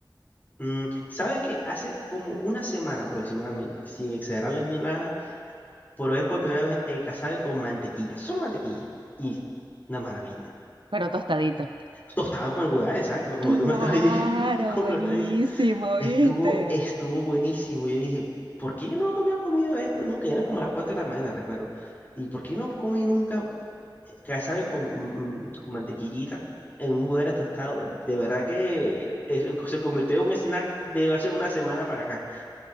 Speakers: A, on the left; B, on the right.
A: Mm, ¿sabes que Hace como una semana aproximadamente, sin exagerarlo ni nada, probé por primera vez el casabe con mantequilla, solo mantequilla. Y una maravilla.
B: pero tostadito.
A: Tostado con el budar, exacto, como
B: Claro,
A: tú me estás diciendo, <laughs> como
B: buenísimo,
A: me lo estás diciendo, estuvo,
B: ¿viste?
A: estuvo buenísimo. Yo dije, ¿por qué yo no había comido esto nunca? Y eran como las 4 de la mañana, recuerdo. ¿Y por qué yo no comí nunca eh, casabe con, mm, mm, con mantequillita en un budare tostado? De verdad que eh, eh, se convirtió en un snack de hace una semana para acá.